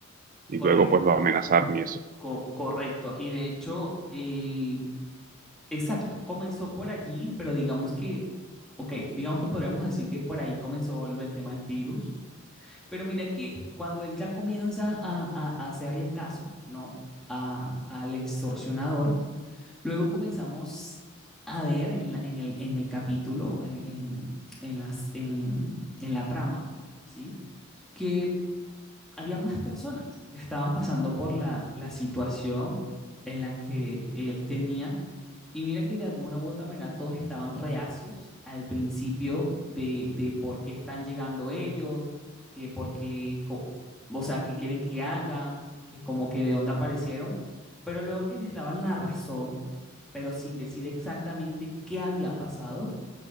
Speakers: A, on the right; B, in the centre.
A: y
B: Correcto,
A: luego pues lo amenazaron y eso.
B: co- correcto. Y de hecho, eh, exacto, comenzó por allí, pero digamos que, ok, digamos que podríamos decir que por ahí comenzó el el tema del virus, pero mira que cuando él ya comienza a, a- a hacerle caso, ¿no? A- al extorsionador, Luego comenzamos a ver en, la- en el, en el capítulo, eh, en, en las, en, en la trama, ¿sí? Que había más personas que estaban pasando por la, la situación en la que él tenía y mira que de alguna u otra manera todos estaban reacios al principio de, de por qué están llegando ellos, que por qué, co- o sea, qué quieren que hagan, que como que de dónde aparecieron, pero luego que les daban la razón, pero sin decir exactamente qué había pasado,